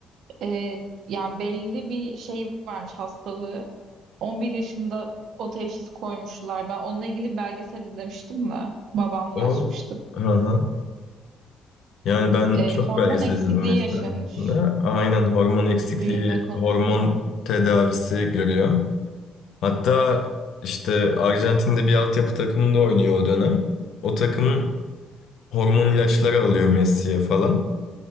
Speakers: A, on the right; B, on the left.
A: e, yani belli bir şeyi varmış hastalığı. 11 yaşında o teşhis koymuşlar. Ben onunla ilgili belgesel izlemiştim de babamla
B: O
A: açmıştık.
B: hı hı. Yani ben
A: E,
B: çok
A: hormon
B: belgesel
A: eksikliği
B: izledim mesela.
A: yaşamış
B: Aynen hormon eksikliği,
A: büyüme konusunda.
B: hormon tedavisi görüyor. Hatta işte Arjantin'de bir altyapı takımında oynuyor o dönem. O takım hormon ilaçları alıyor Messi'ye falan.